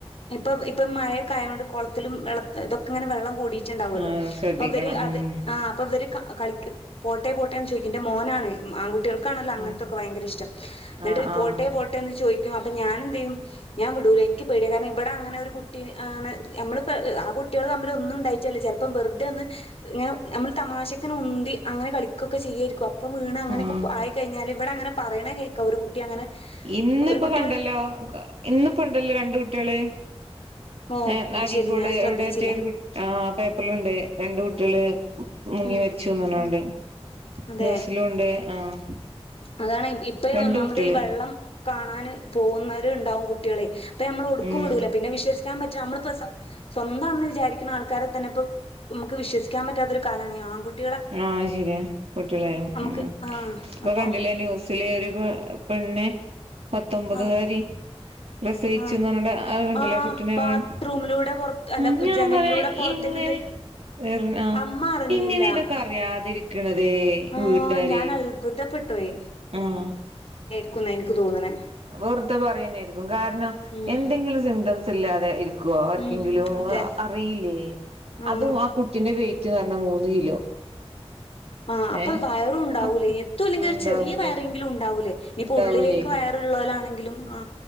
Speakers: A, on the left; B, on the right.
A: ഇപ്പൊ ഇപ്പം മഴയൊക്കെ ആയോണ്ട് കൊളത്തിലും വെള്ള ഇതൊക്കെങ്ങനെ വെള്ളം കൂടിട്ട് ഇണ്ടാവൊല്ലോ
B: ആഹ് ശ്രദ്ധിക്കണം
A: അപ്പൊ ഇവര് അത്
B: ഉം
A: ആഹ് അപ്പൊ ഇവര് കളിക്കാൻ പോട്ടേ പോട്ടേന്ന് ചോയ്ക്കും ഇന്റെ മോനാണ് ആൺ കുട്ടികൾക്കാണല്ലോ അങ്ങനെ
B: ഉം
A: ത്തൊക്കെ ഭയങ്കര ഇഷ്ടം എന്നിട്ട്
B: ആഹ് ആഹ്
A: പോട്ടേ പോട്ടെ എന്ന് ചോയ്ക്കും അപ്പൊ ഞാനെന്ത് ചെയ്യും ഞ്ഞാം വിടൂല ഇനിക്ക് പേടിയ കാരണം ഇവിടെ അങ്ങനെ ഒരു കുട്ടി അങ്ങനെ ആ കുട്ടികള് തമ്മിൽ ഒന്നും ഉണ്ടായി ട്ടല്ല ചെലപ്പോ വെറുതെ ഒന്ന് ഇങ്ങനെ നമ്മള് തമാശക്കൊന്നു ഉന്തി അങ്ങനെ കളി ക്കൊക്കെ ചെയ്യുവായിരിക്കും അപ്പം വീണ അങ്ങെനെക്കെ
B: ആഹ്
A: ആയിക്കഴിഞ്ഞാല് ഇവടങ്ങനെ പറയ്ണേ കേക്കാം ഒരു കുട്ടി അങ്ങനെ
B: ഇന്ന്
A: ഒരു
B: ഇപ്പോ
A: കുട്ടി
B: കണ്ടല്ലോ
A: ഇവിടെ
B: ഇന്ന്പ്പോ ഇണ്ടല്ലോ രണ്ട് കുട്ടികള്
A: ഓ
B: ഏം
A: അത്
B: അരീക്കോട്
A: ശരി ഞാൻ ശ്രദ്ധിച്ചില്ല
B: എവിടെയെറ്റെ ഒരു കു ആഹ് പേപ്പറ്ല്ണ്ട് രണ്ട് കുട്ടികള് മുങ്ങി
A: ഉം
B: മരിച്ചൂന്ന് പറഞ്ഞുങ്ങാണ്ട്
A: അതെ
B: ന്യൂസിലുംണ്ട് ആഹ്
A: അതാണ് ഇപ്പയി
B: രണ്ട്
A: ഒന്നാമത്
B: കുട്ടികള്
A: ഈ വെള്ളം കാണാന് പോകുന്നവര് ഇണ്ടാകും കുട്ടികള് ഇപ്പൊ നമ്മള് ഒവ്ട്ക്കും
B: ഉം
A: വിടൂല്ല പിന്നെ വിശ്വസിക്കാൻ പറ്റ്ണ നമ്മളിപ്പോ സ്വ സ്വന്താണെന്ന് വിചാരിക്കുന്ന ആൾക്കാരെ തന്നെ ഇപ്പോ നമുക്ക് വിശ്വസിക്കാൻ പറ്റാത്തൊരു കാലമാണ് ഈ ആൺകുട്ടി
B: ആഹ് അത് ശരിയാ കുട്ടികളെ
A: നമുക്ക്
B: ഉം
A: ആഹ്
B: ഇപ്പൊ
A: അപ്പൊ
B: കണ്ടില്ലേ ന്യൂസി ല് ഒരു പെണ്ണ് പത്തൊമ്പതു
A: ആഹ്
B: കാരി പ്രസവിച്ചൂന്ന്
A: ആഹ്
B: പറഞ്ഞിട്ട് അഹ് കണ്ടില്ലേ
A: ആഹ്
B: ആ കുട്ടിനെ
A: ബാത്റൂമിലൂടെ
B: വാങ്ങി
A: പുറത്ത് അല്ല
B: ആ ഞാൻ
A: ജനലിലൂടെ
B: പറയാ
A: പുറത്തേക്കിട്ട്
B: ഈ എങ്ങനെ ആ
A: അമ്മ അറിഞ്ഞില്ല
B: എങ്ങനെ ഇതൊക്കെ അറിയാതിരിക്ക്ണത്
A: ആഹ്
B: വീട്ടാര്
A: ഞാൻ അത്ഭുതപ്പെട്ടോയി
B: ആഹ്
A: ക്കും ന്നാ ഇനിക്ക് തോന്നണെ
B: വെറുതെ പറയേന്നായിരിക്കും കാരണം
A: ഉം
B: എന്തെങ്കിലും സിംറ്റംസ് ഇല്ലാതെ ഇരിക്കോ? ആർക്കെങ്കിലും
A: ഉം അതെ
B: അറിയില്ലേ?
A: ഉം
B: അതും ആ കുട്ടിന്റെ വെയിറ്റ് പറഞ്ഞാ മൂന്ന് കിലോ
A: ആഹ് അപ്പം
B: ഏ
A: വയറും ഉണ്ടാവൂല്ലേ?
B: അപ്പൊ
A: എത്തും അല്ലെങ്കിലും
B: ഉണ്ടാവൂലേ
A: ഒരു ചെറിയ വയറെ ങ്കിലും ഉണ്ടാവൂല്ലേ ഇനിയിപ്പോ
B: ഉണ്ടാവൂലേ
A: ഉള്ളിലേക്ക് വയറുള്ളവരാണെങ്കിലും ആ